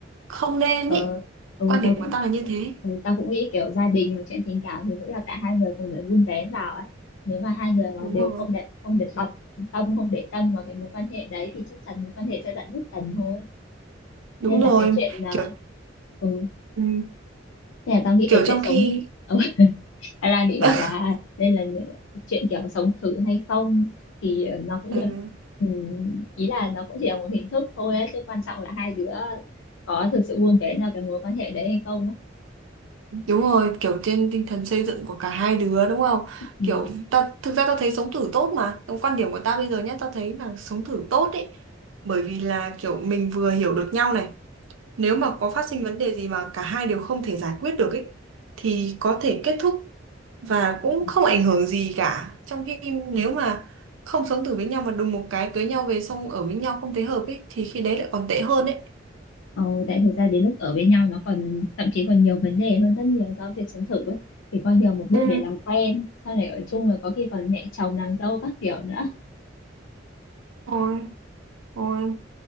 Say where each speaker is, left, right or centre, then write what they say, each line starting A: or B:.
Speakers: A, on the right; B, on the left.
A: không nên
B: Ờ,
A: ấy.
B: ừ,
A: Quan
B: tao
A: điểm
B: cũng
A: của tao là như thế.
B: Ừ, tao cũng nghĩ kiểu gia đình hoặc chuyện tình cảm thì cũng là cả hai người cùng phải vun vén vào ấy. Nếu mà hai người mà
A: Đúng
B: đều
A: rồi.
B: không để không để bật tâm không để tâm vào cái mối quan hệ đấy thì chắc chắn mối quan hệ sẽ dạn nứt dần thôi.
A: Đúng
B: Nên
A: rồi.
B: là cái chuyện à,
A: Kiểu
B: ừ,
A: ừ,
B: nên là tao nghĩ
A: kiểu
B: cái chuyện
A: trong
B: sống
A: khi
B: <laughs> ừ, ra bị
A: <laughs>
B: bảo là nên là chuyện kiểu sống thử hay không thì nó cũng
A: ừ.
B: chỉ, ừ, ý là nó cũng chỉ là một hình thức thôi ấy, chứ quan trọng là hai đứa có thực sự vun vén vào cái mối quan hệ đấy hay không. ấy.
A: Đúng rồi, kiểu trên tinh thần xây dựng của cả hai đứa đúng không?
B: Ừ.
A: Kiểu ta thực ra tao thấy sống thử tốt mà. Trong quan điểm của tao bây giờ nhé, tao thấy là sống thử tốt ấy. Bởi vì là kiểu mình vừa hiểu được nhau này, nếu mà có phát sinh vấn đề gì mà cả hai đều không thể giải quyết được ấy thì có thể kết thúc và
B: Ừ.
A: cũng không ảnh hưởng gì cả. Trong khi nếu mà không sống thử với nhau mà đùng một cái cưới nhau về xong ở với nhau không thấy hợp ấy thì khi đấy lại còn tệ hơn ấy.
B: Ờ, tại thực ra đến lúc ở với nhau nó còn thậm chí còn nhiều vấn đề hơn rất nhiều so với việc sống thử ấy. Thì coi như là một bước
A: Ừ,
B: để làm quen, sau này ở chung rồi có khi còn mẹ chồng nàng dâu các kiểu nữa.
A: thôi, thôi.